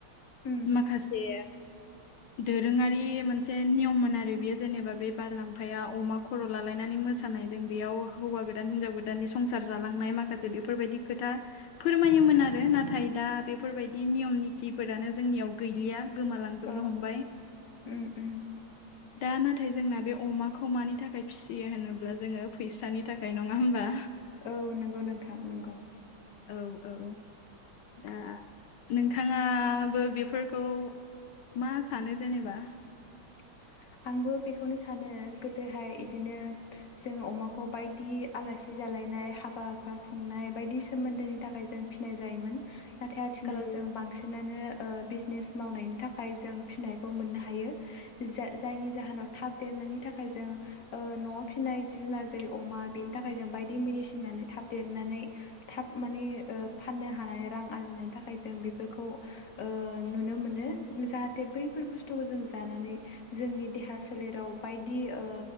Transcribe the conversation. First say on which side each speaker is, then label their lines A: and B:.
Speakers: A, on the left; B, on the left.
A: उम
B: माखासे
A: <inaudible>
B: दोरोंङारि मोनसे नियममोन आरो बेयो जेनेबा बे बारलामांफाया अमा खर' लालायनानै मोसा नायजों बेयाव हौवा गोदान हिनजाव गोदाननि संसार जालांनाय माखासे बेफोरबायदि खोथा फोरमायोमोन आरो नाथाय दा बेफोरबायदि नियम नितिफोरानो जोंनियाव गैलिया गोमालांजोबनो
A: औ
B: हमबाय।
A: उम उम
B: दा नाथाय जोंना बे अमाखौ मानि थाखाय फिसियो होनोब्ला जोङो फैसानि थाखाय नङा होमबा।
A: औ नंगौ नोंथां नंगौ ।
B: औ औ दा नोंथाङाबो बेफोरखौ मा सानो जेनेबा?
A: <inaudible> आंबो बेखौनो सानो गोदोहाय बिदिनो जों अमाखौ बायदि आलासि जाला नाय हाबा हुखा खुंनाय बायदि सोमोन्दोनि थाखाय जों फिसिनाय जायोमोन । नाथाय आथिखालाव
B: नोंगौ
A: जों बांसिनानो ओ बिजनेस मावनायनि थाखाय जों फिनायखौ मोननो हायो । जा-जायनि जाहोनाव थाब देरनायनि थाखाय जों ओ न'आव फिननाय जिब जुनार जेरै अमा बे थाखाय जों बायदि मेडिसिन होनानै थाब देरनानै थाब माने ओ फाननो हानानै रां आरजिनायनि थाखाय जों बेफोरखौ ओ नुनो मोनो जाहाथे बैफोर बुस्थुखौ जों जानानै जोंनि देहा सोलेराव बायदि ओ